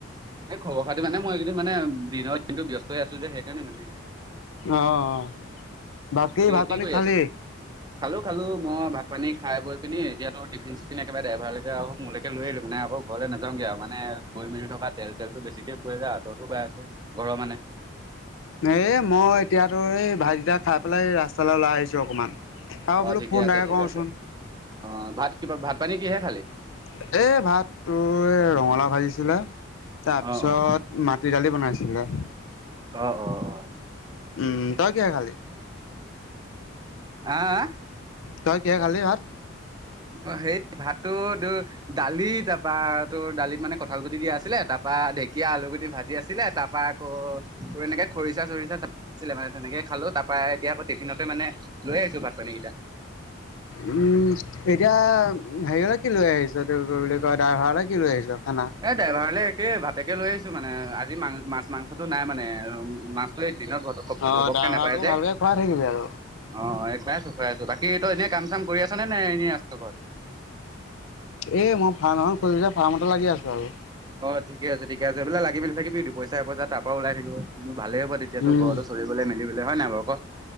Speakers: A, on the right (about 20°); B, on the left (about 80°).
A: এই খবৰ খাটি মানে মই এইদিন মানে দিনৰ দিনটো ব্যস্ত হৈ আছো যে, সেইকাৰণে মানে
B: অ', বাকী ভাত
A: কি
B: পানী
A: কৰি
B: খালি?
A: আছ খালো, খালো মই ভাত পানী খাই বৈ পিনি এতিয়া ত টিফিন <unintelligible> ড্ৰাইভাৰলৈকে আউ মোলৈকে লৈ আহিলো মানে আক ঘৰলৈ নাযাওগে আৰু মানে গৈ মেলি থকা তেল চেলটো বেছিকে হাততো পাই আছো ঘৰৰ মানে
B: এ মই এতিয়াতো এই ভাতকেইটা খাই পেলাই ৰাস্তালৈ ওলাই আহিছো অকমান <unintelligible>
A: অ
B: বোলো
A: ঠিকে
B: ফোনতায়ে
A: আছে ঠিকে
B: কৰোচোন।
A: আছে অ', ভাত কিবা ভাত পানী কিহে
B: এ
A: খালি
B: ভাত তোৰ এ ৰঙালাও ভাজিছিলে। তাৰপিছত
A: অ অ
B: মাটি দালি বনাইছিলে।
A: অ', অ'।
B: উম, তই কিহে খালি?
A: আহ
B: তই কি খালি ভাত?
A: অ', সেই ভাতটো তোৰ দালি তাৰপা তোৰ দালিত মানে কঁঠাল গুটি দিয়া আছিলে তা পা ঢেকীয়া, আলু গুটি ভাজি আছিলে তা পা আকৌ তোৰ এনেকে খৰিচা চৰিচা‌ ছিলে মানে তেনেকে খালো তাৰ পৰা এতিয়া আকৌ টিফিনত মানে লৈ আহিছো ভাত পানীকিটা
B: উম, এতিয়া হেৰিয়লে কি লৈ আহিছ ত বুলি কয় ড্ৰাইভাৰলৈ কি লৈ আহিছ? খানা?
A: এ ড্ৰাইভাৰলে একেই ভাতেকে লৈ আহিছো মানে আজি মাং মাছ মাংসতটো নাই মানে। মাছটো এই দিনত ভতক
B: অ
A: ভবককে
B: ড্ৰাইভাৰকো
A: নাপায় যে,
B: ভালকে খুৱাই থাকিবি আৰু
A: অ', পাই আছো আছো বাকী তই এনেই কাম চাম কৰি আছ নে নে এনেই আছ ঘৰত?
B: এ মই ফাৰ্ম এখন খুলিলো যে, ফাৰ্মতে লাগি আছো আৰু।
A: অ', ঠিকেই আছে, ঠিকেই আছে এইবিলাক লাগিমেলি থাকিবি দুপইচা‌ এপইচা‌ তাৰ পৰা ওলাই থাকিব। ভালেই হ'ব, তেতিয়াতো
B: উম
A: ঘৰতো চলিবলৈ মেলিবলৈ হয় নাই বাৰু ক?